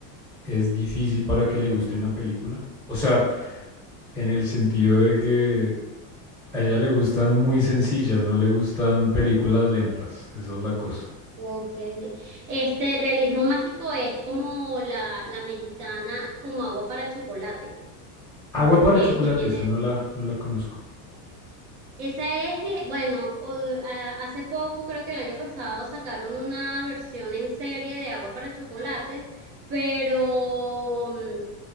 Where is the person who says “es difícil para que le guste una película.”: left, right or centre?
Centre